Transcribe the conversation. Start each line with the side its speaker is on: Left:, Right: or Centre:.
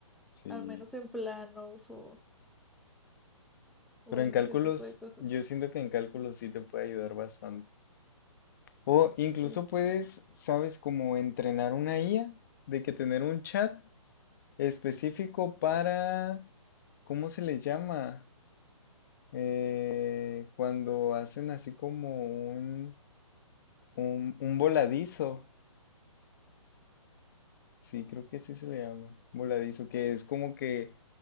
Left: sí.
Centre: al menos en planos o, o
Left: Pero
Centre: en
Left: en cálculos,
Centre: ese tipo de cosas.
Left: yo siento que en cálculos sí te puede ayudar bastante. O incluso
Centre: Sí.
Left: puedes, sabes, como entrenar una IA, de que tener un chat específico para, ¿cómo se le llama? Eh, cuando hacen así como un, un, un voladizo. Sí, creo que sí se le llama voladizo, que es como que